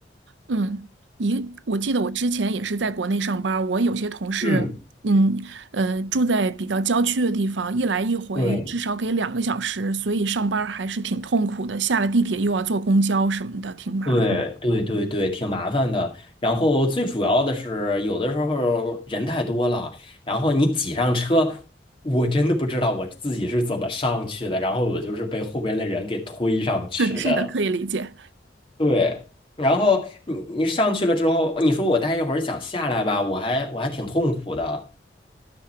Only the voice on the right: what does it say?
嗯，一，我记得我之前也是在国内上班儿我有些同事，
嗯嗯呃，住在比较郊区的地方，一来一回至少给两个小时，
所以上班儿还是挺痛苦的。下了地铁又要坐公交什么的，挺麻烦。
<laughs> 对，是的，可以理解。